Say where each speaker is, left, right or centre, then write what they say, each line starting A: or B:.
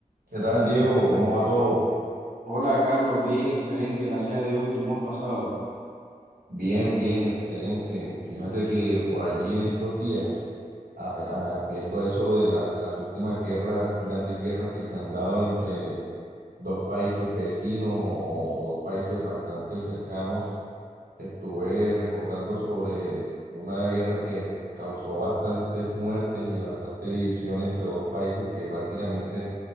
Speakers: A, on the right; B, on the right.
A: ¿Qué tal, Diego? ¿Cómo va todo?
B: Hola Carlos, bien, excelente, gracias a Dios. ¿Y tú cómo has pasado?
A: Bien, bien, excelente. Fíjate que por allí en estos días, a- a- viendo eso de, la- de las últimas guerras, grandes guerras que se han dado entre dos países vecinos o, o dos países bastante cercanos, estuve recordando sobre una guerra que causó bastantes muertes y bastante división entre dos países que prácticamente